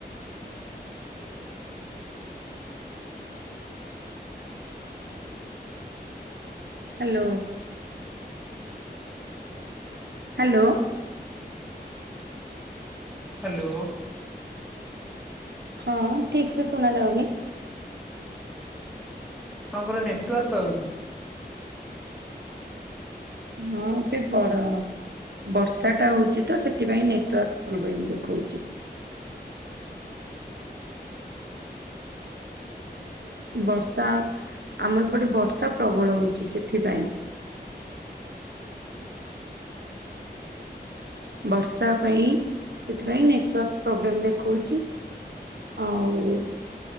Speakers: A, on the right; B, in the centre.
A: ହ୍ୟାଲୋ। ହ୍ୟାଲୋ।
B: ହ୍ୟାଲୋ।
A: ହଁ ଠିକ୍ ସେ ଶୁଣା ଯାଉନି।
B: ଆପଣଙ୍କର ନେଟୱାର୍କ ପାଉନି।
A: ହଁ ପି ପର। ବର୍ଷା ଟା ହଉଛି ତ ସେଥିପାଇଁ ନେଟୱାର୍କ ପ୍ରୋବ୍ଲେମ ଦେଖଉଛି। ବର୍ଷା ଆମ ଏପଟେ ବର୍ଷା ପ୍ରବଳ ହଉଛି ସେଥିପାଇଁ। ବର୍ଷା ପାଇଁ ସେଥିପାଇଁ ନେଟୱାର୍କ ପ୍ରୋବ୍ଲେମ ଦେଖାଉଛି। ଆଉ।